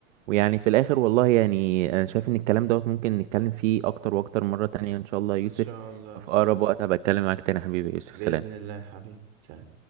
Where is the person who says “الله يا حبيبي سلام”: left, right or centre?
Right